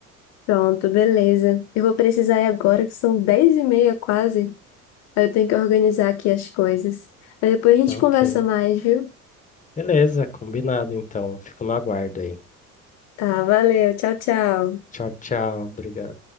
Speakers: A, on the left; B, on the left.
A: Pronto, beleza. Eu vou precisar ir agora, que são dez e meia quase. Aí eu tenho que organizar aqui as coisas. Mas depois a gente
B: Tá
A: conversa
B: ok.
A: mais, viu?
B: Beleza, combinado então. Fico no aguardo aí.
A: Tá, valeu. Tchau, tchau.
B: Tchau, tchau. Obrigado.